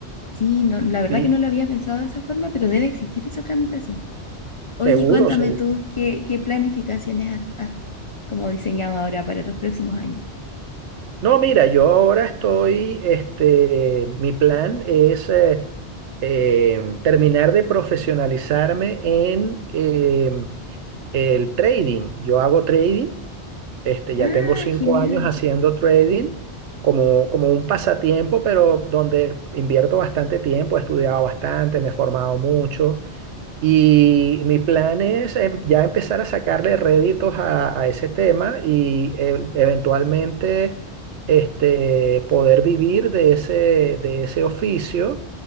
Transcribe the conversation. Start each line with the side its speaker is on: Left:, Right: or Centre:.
Left: Sí, no, la verdad
Right: Sí.
Left: que no lo había pensado de esa forma, pero debe existir esa tramitación. Oye,
Right: Seguro,
Left: cuéntame
Right: seguro.
Left: tú qué, qué planificaciones has, has como diseñado ahora para los próximos años.
Right: No, mira, yo ahora estoy, este, mi plan es eh, eh, terminar de profesionalizarme en eh, el trading. Yo hago trading, este, ya
Left: Ah,
Right: tengo cinco
Left: genial.
Right: años haciendo trading como, como un pasatiempo, pero donde invierto bastante tiempo, he estudiado bastante, me he formado mucho. Y mi plan es em- ya empezar a sacarle réditos a, a ese tema y e- eventualmente este, poder vivir de ese, de ese oficio,